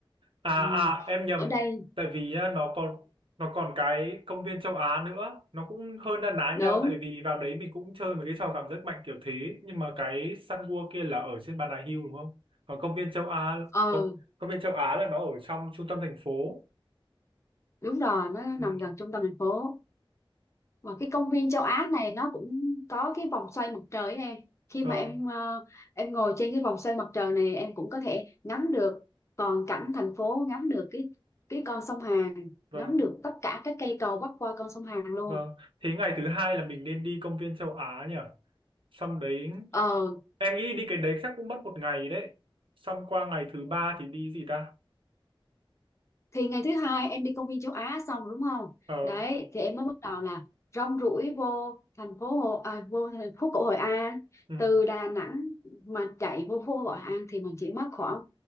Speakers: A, on the right (about 70°); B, on the left (about 30°).
A: à,
B: ừ.
A: à em nhầm.
B: ở đây
A: Tại vì á, nó còn nó còn cái công viên châu Á nữa, nó cũng hơi na ná
B: đúng
A: nhau tại vì vào đấy mình cũng chơi mấy cái trò cảm giác mạnh kiểu thế, nhưng mà cái Sun World kia là ở trên Bà Nà Hills đúng không? Còn công viên châu Á
B: ờ
A: công, công viên châu Á là nó ở trong trung tâm thành phố.
B: đúng rồi nó nằm
A: Ừ,
B: gần trung tâm thành phố Và cái công viên châu Á này nó cũng có cái vòng xoay mặt trời ấy em. Khi
A: vâng.
B: mà em ờ, em ngồi trên cái vòng xoay mặt trời này em cũng có thể ngắm được toàn cảnh thành phố, ngắm được cái cái con sông Hàn,
A: Vâng.
B: ngắm được tất cả các cây cầu bắc qua con sông Hàn luôn.
A: Vâng, thế ngày thứ hai là mình nên đi công viên châu Á nhỉ? Xong đấy,
B: Ờ
A: em nghĩ đi cái đấy chắc cũng mất một ngày đấy. Xong qua ngày thứ ba thì đi gì ta?
B: thì ngày thứ hai em đi công viên châu Á xong rồi đúng không
A: Ờ,
B: đấy thì em mới bắt đầu là rong ruổi vô thành phố Hồ à, vô thành phố cổ Hội An
A: ừ,
B: từ Đà Nẵng mà chạy vô phố Hội An thì mình chỉ mất khoảng